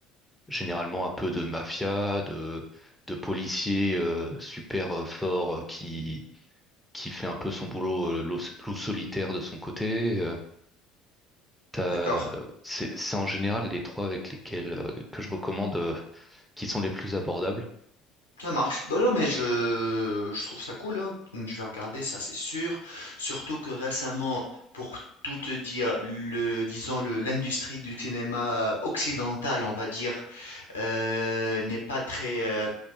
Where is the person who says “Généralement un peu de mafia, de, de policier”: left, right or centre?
Centre